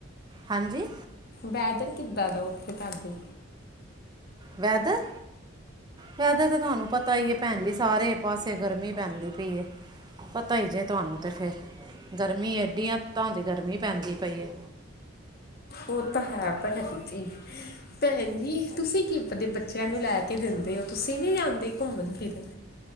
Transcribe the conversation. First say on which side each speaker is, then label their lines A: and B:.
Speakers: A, on the right; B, on the left.
A: ਹਾਂਜੀ।
B: ਵੈਦਰ ਕਿੱਦਾਂ ਦਾ ਔਥੇ ਤੁਹਾਡੇ?
A: ਵੈਦਰ, ਵੈਦਰ ਤੇ ਤੁਹਾਨੂੰ ਪਤਾ ਈ ਹੈ ਭੈਣ ਜੀ ਸਾਰੇ ਪਾਸੇ ਗਰਮੀ ਪੈਂਦੀ ਪਈ ਏ, ਪਤਾ ਹੀ ਜੇ ਤੁਹਾਨੂੰ ਤੇ ਫਿਰ। ਗਰਮੀ ਐਡੀ ਅੰਤਾ ਦੀ ਗਰਮੀ ਪੈਂਦੀ ਪਈ ਏ।
B: ਔ ਤਾਂ ਹੈ ਭੈਣ ਜੀ, ਭੈਣ ਜੀ ਤੁਸੀਂ ਕੀ ਆਪਦੇ ਬੱਚੇ ਬੱਚਿਆਂ ਨੂੰ ਲੈ ਕੇ ਦਿੰਦੇ ਹੋ ਤੁਸੀਂ ਨੀ ਜਾ ਕਿਤੇ ਘੁੰਮਣ ਫਿਰਨ।